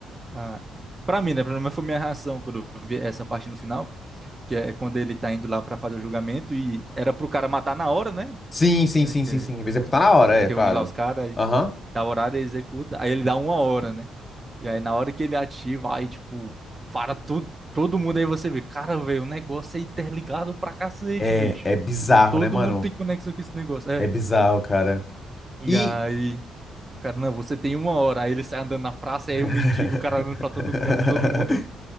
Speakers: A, on the right (about 20°); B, on the left (about 25°).
A: Ah, para mim, né? Pelo menos foi minha reação quando eu vi essa parte no final, que é quando ele tá indo lá pra fazer o julgamento e era pro cara matar na hora, né?
B: Sim, sim,
A: É,
B: sim,
A: que
B: sim,
A: é,
B: sim. Executar
A: tipo,
B: na hora,
A: se
B: é,
A: reúne
B: claro.
A: lá os caras, aí
B: Aham.
A: dá horário, ele executa, aí ele dá uma hora, né? E aí na hora que ele ativa, aí tipo, para tudo, todo mundo, aí você vê, cara, velho, o negócio é interligado pra cacete,
B: É,
A: bicho.
B: é bizarro,
A: Tipo, todo
B: né, mano?
A: mundo tem conexão com esse negócio. É.
B: É bizarro, cara.
A: E
B: E.
A: aí, o cara, não, você tem uma hora. Aí ele sai andando na praça,
B: <laughs>
A: e aí um mendigo, o cara andando pra todo canto, todo mundo